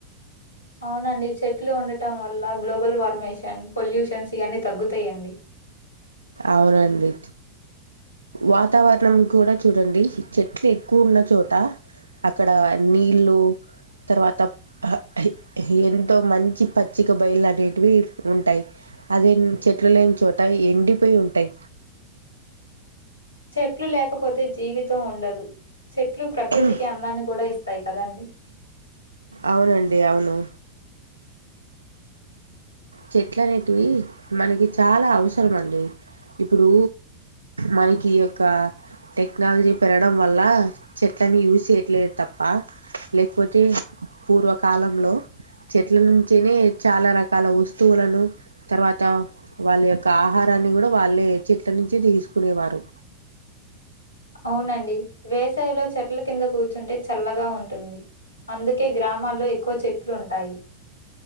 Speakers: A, on the left; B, on the right.
A: అవునండి చెట్లు ఉండటం వల్ల గ్లోబల్ వార్మేషన్ పొల్యూషన్స్ ఇవన్నీ తగ్గుతాయండీ
B: అవునండి వాతావరణం కూడా చూడండి చెట్లు ఎక్కువ ఉన్న చోట అక్కడ నీళ్ళు తర్వాత హా హి హే ఎంతో మంచి పచ్చిక బయలు అనేటివి ఉంటాయి అదే చెట్లు లేని చో ట ఉంటాయి ఎండిపోయి ఉంటాయి
A: చెట్లు లేకపోతే జీవితం ఉండదు చెట్లు ప్రకృతికి
B: హా
A: అందాన్ని కూడా ఇస్తాయి కదండి.
B: అవునండి అవును చెట్లు అనేటివి మనకి చాలా అవసరం అండి ఇప్పుడు మనకి ఈ యొక్క టెక్నాలజీ పెరగడం వల్ల చెట్లని యూస్ చేయట్లేదు తప్ప లేకపోతే పూర్వకాలంలో చెట్ల నుంచేనే చాలా రకాల వస్తు స్తువులను తర్వాత వాళ్ళ యొక్క ఆహారాన్ని కూడా వాళ్ళే చెట్ల నుంచి తీసుకునేవారు
A: అవునండి వేసవిలో చెట్ ట్ల కింద కూర్చుంటే చల్లగా ఉంటుంది అందుకే గ్రామాల్లో ఎక్కువ చెట్లు ఉంటాయి